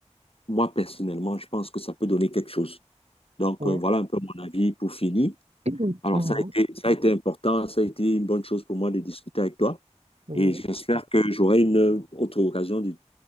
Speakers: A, on the left; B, on the right.
A: moi, personnellement, je pense que ça peut donner quelque chose. Donc,
B: oui.
A: euh, voilà un peu mon avis pour finir.
B: <clears throat>
A: Alors,
B: Mhm.
A: ça a été, ça a été important, ça a été une bonne chose pour moi de discuter avec toi.
B: Oui,
A: Et j'espère que j'aurai une autre occasion de,